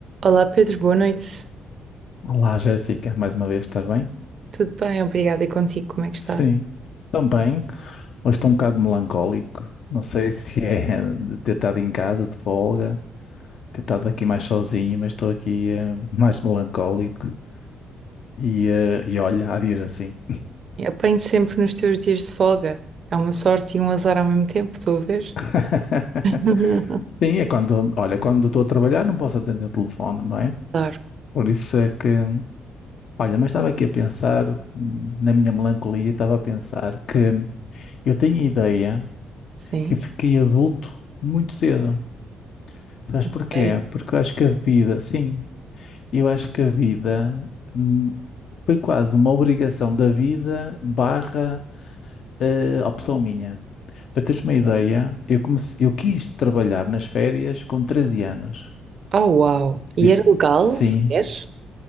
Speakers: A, on the right; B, on the left.
A: Olá Pedro, boa noite.
B: Olá, Jéssica, mais uma vez, estás bem?
A: Tudo bem? Obrigada. E contigo, como é que está?
B: Sim, também. Hoje estou um bocado melancólico. Não sei <laughs> se é de ter estado em casa, de folga, ter estado aqui mais sozinho, mas estou aqui eh, mais melancólico. E, eh, e olha, há dias assim.
A: Eu apanho sempre nos teus dias de folga. É uma sorte e um azar ao mesmo tempo, estou a ver?
B: <laughs>
A: <laughs>
B: Sim, é quando, olha, quando estou a trabalhar não posso atender o telefone, não é?
A: Claro,
B: Por isso é que, olha, mas estava aqui a pensar, hum, na minha melancolia, estava a pensar que eu tenho a ideia
A: sim.
B: que fiquei adulto muito cedo. Sabes
A: A
B: porquê?
A: Sério.
B: Porque eu acho que a vida, sim, eu acho que a vida hum, foi quase uma obrigação da vida barra eh, opção minha. Para teres uma ideia, eu comecei, eu quis trabalhar nas férias com 13 anos.
A: Oh, uau.
B: Disse,
A: E era legal,
B: sim,
A: sequer?